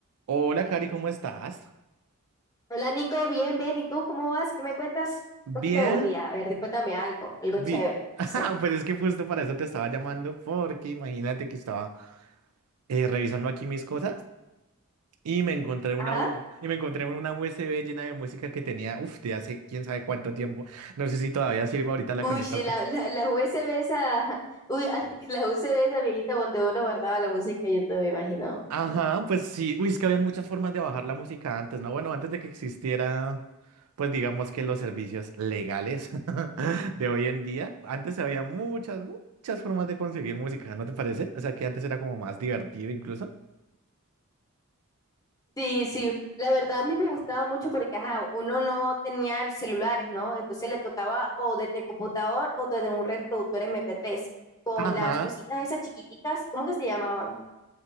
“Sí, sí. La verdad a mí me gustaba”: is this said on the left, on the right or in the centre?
Left